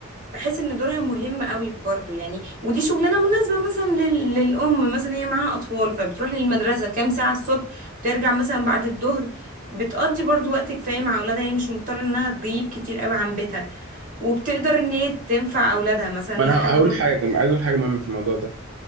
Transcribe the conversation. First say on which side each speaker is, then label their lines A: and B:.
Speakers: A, on the right (about 40°); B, on the right (about 70°).
A: بحس ان دورها مهم قوي برضو يعني ودي شغلانه مناسبه مثلا لل... للام مثلا هي معاها اطفال فبتروح للمدرسه كام ساعه الصبح ترجع مثلا بعد الظهر بتقضي برضو وقت كفايه مع اولادها هي مش مضطره انها تغيب كتير قوي عن بيتها وبتقدر ان هي تنفع اولادها مثلا
B: ما انا
A: ده حاجه
B: هقول
A: برضو
B: حاجة عايز اقول حاجة مهمة في الموضوع ده